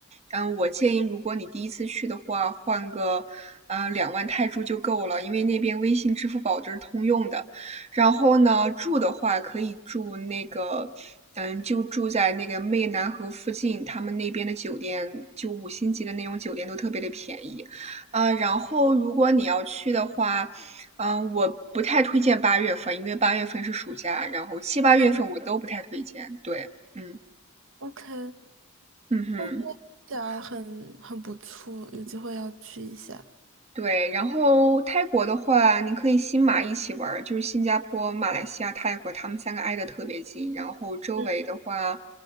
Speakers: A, on the right (about 30°); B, on the right (about 65°).
A: 嗯，我建议如果你第一次去的话，换个呃两万泰铢就够了，因为那边微信、支付宝就是通用的。然后呢，住的话可以住那个，嗯，就住在那个湄南河附近，他们那边的酒店就五星级的那种酒店都特别的便宜。啊，然后如果你要去的话，嗯、我不太推荐八月份，因为八月份是暑假，然后七八月份我都不太推荐。
B: 还是
A: 对，嗯
B: OK，
A: 嗯哼，
B: 哦，起来很很不错，有机会要去一下。
A: 对。然后泰国的话，你可以新马一起玩儿，就是新加坡、马来西亚、泰国，他们三个挨得特别近。然后周围的话，
B: 嗯，